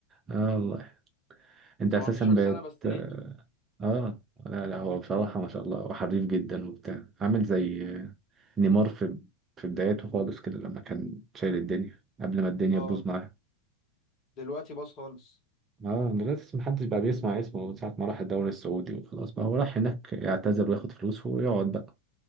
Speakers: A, on the right; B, on the left.
A: اه والله انت
B: 17
A: اساسا بقت
B: سنه بس نينجا
A: اه آه. لا لا هو بصراحة ما شاء الله وحريف جدا وبتاع عامل زي آه، نيمار في في بداياته خالص كده لما كان شايل الدنيا قبل ما الدنيا
B: اه
A: تبوظ معاه
B: دلوقتي باص خالص
A: اه دلوقتي محدش بقى بيسمع اسمه من ساعة ما راح الدوري السعودي وخلاص بقى هو راح هناك يعتذر وياخد فلوسه ويقعد بقى